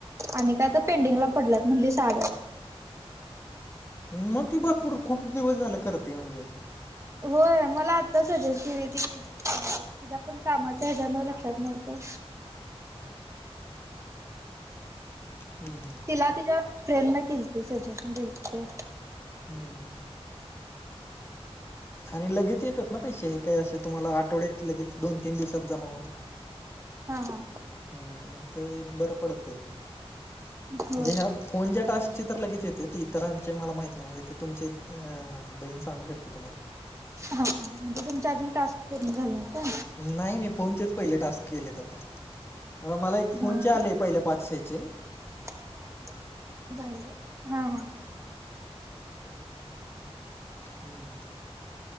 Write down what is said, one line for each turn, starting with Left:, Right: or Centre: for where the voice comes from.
Right: आणि काय तर पेंडिंगला पडलंत म्हणली साल
Left: मग ते भरपूर खूप दिवस झालं करते म्हणजे
Right: होय मला आत्ता सजेस्ट केली ती तिच्या पण कामाच्या ह्याच्याानवर लक्षात नव्हतं.
Left: हम्म
Right: तिला तिच्या फ्रेंड न केल्ती सजेशन दिलं त ते.
Left: हम्म आणि लगेच येतात ना पैसे काही असे तुम्हाला आठवड्यात लगेच दोन तीन दिवसात जमा होते.
Right: हा हा
Left: हम्म ते बरं पडत म्हणजे
Right: हो
Left: ह्या कोण ज्या टास्कची तर लगेच येते त इतरांचे मला माहीत नाही म्हणजे ते तुमचे बहीण सांगू शकते तुम्हाला
Right: हा हा म्हणजे तुमच्या अजून टास्क पूर्ण झालं का?
Left: नाही मी फोनचेच पहिले टास्क केलेत आता अ मला एक फोनचे
Right: हा
Left: आले पहिले पाचशेचे.
Right: <inaudible> झाल हा- हा.
Left: हम्म.